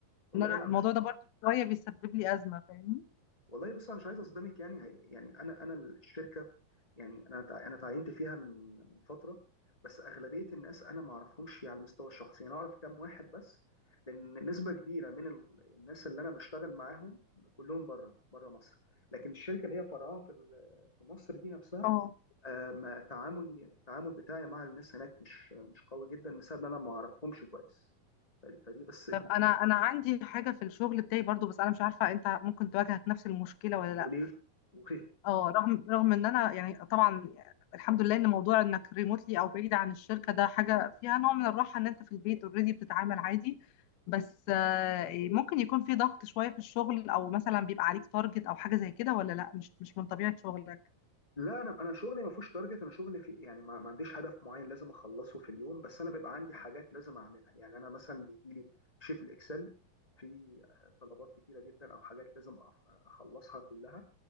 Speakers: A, on the left (about 30°); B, on the left (about 80°).
A: والله
B: ان انا
A: انا
B: الموضوع
A: مش
B: ده برضه شويه بيسبب لي ازمه فاهمني
A: والله بس انا مش عايز اصدمك يعني هي- يعني انا انا الشركه يعني انا تع- انا تعينت فيها من من فتره بس اغلبيه الناس انا ما اعرفهمش على المستوى الشخصي يعني انا اعرف كام واحد بس لان نسبه كبيره من ال- الناس اللي انا بشتغل معاهم كلهم بره بره مصر لكن الشركه اللي هي فرعها في ال- في مصر دي نفسها
B: اه
A: آه، ما تعاملي التعامل بتاعي مع الناس هناك مش مش قوي جدا بسبب ان انا ما اعرفهمش كويس فدي فدي بس دي
B: طب انا انا عندي حاجه في الشغل بتاعي برضو بس انا مش عارفه انت ممكن تواجهك نفس المشكله ولا لا
A: قليل قليل
B: اه رغم رغم ان انا يعني طبعا الحمد لله ان موضوع انك ريموتلي او بعيد عن الشركه ده حاجه فيها نوع من الراحه ان انت في البيت اوريدي بتتعامل عادي بس آه، ممكن يكون في ضغط شويه في الشغل او مثلا بيبقى عليك تارجت او حاجه زي كده ولا لا مش مش من طبيعه شغلك
A: لا انا انا شغلي ما فيهوش تارجت انا شغلي في يعني ما, ما عنديش هدف معين لازم اخلصه في اليوم بس انا بيبقى عندي حاجات لازم اعملها يعني انا مثلا بيجي لي شيت الاكسل في آه، طلبات كتيره جدا او حاجات لازم أف- اخلصها كلها